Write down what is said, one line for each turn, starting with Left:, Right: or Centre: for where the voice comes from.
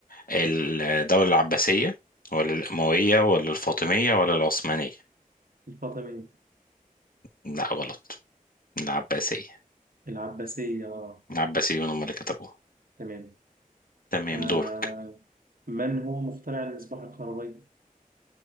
Left: الدوله العباسيه ولا الامويه ولا الفاطميه ولا العثمانيه
Right: الفاطمية
Left: لا غلط العباسيه
Right: العباسية آه
Left: العباسيون هم اللي كتبوها
Right: تمام
Left: تمام
Right: آه
Left: دورك
Right: من هو مخترع المصباح الكهربائي